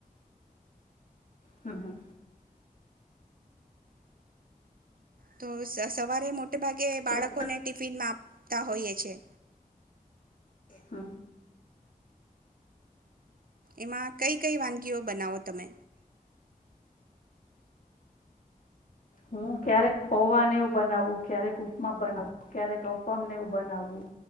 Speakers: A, on the left; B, on the right.
A: હમ હમ.
B: તો સવારે મોટે ભાગે
A: બરાબર.
B: બાળકોને ટિફિનમાં આપતા હોઈએ છે.
A: હમ.
B: એમાં કઈ કઈ વાનગી કયો બનાવો તમે?
A: હું ક્યારેક પૌહને એવું બનાવું ક્યારેક ઉપમા બનાવું ક્યારેક અમનેવું બનાવવું,